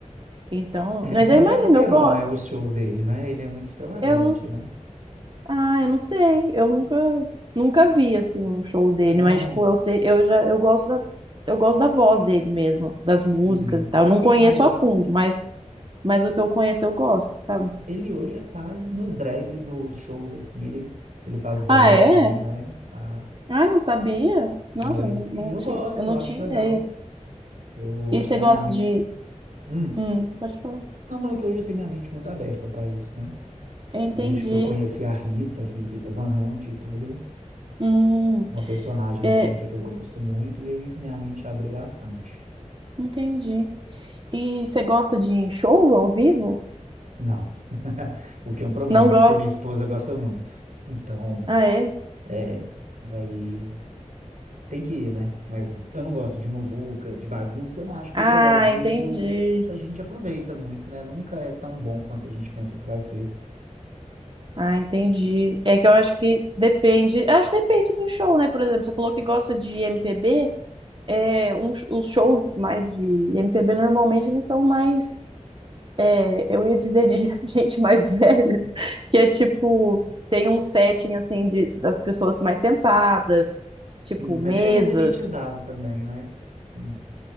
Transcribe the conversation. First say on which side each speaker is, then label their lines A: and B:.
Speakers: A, on the right; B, on the right.
A: Então,
B: É,
A: mas
B: não
A: eu imagino,
B: é pra qualquer
A: eu gosto,
B: um, né? Os shows dele, né? Ele é muito extravagante,
A: eu não, s-
B: né?
A: ah, eu não sei, eu nunca, nunca vi assim um show dele,
B: É,
A: mas tipo, eu sei, eu já, eu gosto da, eu gosto da voz dele mesmo, das músicas
B: sim.
A: e tal. Eu não conheço
B: Ah, é.
A: a fundo, mas, mas o que eu conheço eu gosto, sabe?
B: ele hoje é quase nos drag, nos shows assim, ele, ele faz drag,
A: Ah, é?
B: né? Faz.
A: Ah, não sabia? Nossa,
B: É,
A: eu não, não
B: e eu
A: tinha,
B: gosto,
A: eu não
B: eu acho
A: tinha
B: legal.
A: ideia.
B: Eu hoje
A: E você
B: tenho
A: gosta
B: a minha mente.
A: de,
B: Hum,
A: hum, pode falar.
B: não falei que hoje eu tenho minha mente muito aberta para isso, né?
A: Entendi.
B: Desde que eu conheci a Rita, vi Rita Van Hunt e tudo,
A: Hum,
B: uma personagem
A: é,
B: drag que eu gosto muito, e aí minha mente abriu bastante.
A: entendi. E você gosta de show ao vivo?
B: Não, <laughs> o que é um problema,
A: Não gosta?
B: porque minha esposa gosta muito. Então,
A: Ah, é?
B: é, aí tem que ir, né? Mas eu não gosto de muvuca, de bagunça, e eu não acho que
A: Ah,
B: show ao vivo
A: entendi.
B: a gente aproveita muito, né? Nunca é tão bom quanto a gente pensa que vai ser.
A: Ah, entendi. É que eu acho que depende. Acho que depende do show, né? Por exemplo, você falou que gosta de MPB. É, um, sh- os shows mais de MPB normalmente eles são mais. é, eu ia dizer de <laughs> gente mais velha, que é tipo. Tem um setting assim de, das pessoas mais sentadas, tipo
B: Sim, mas
A: mesas.
B: ele é mais elitizado também, né? Como-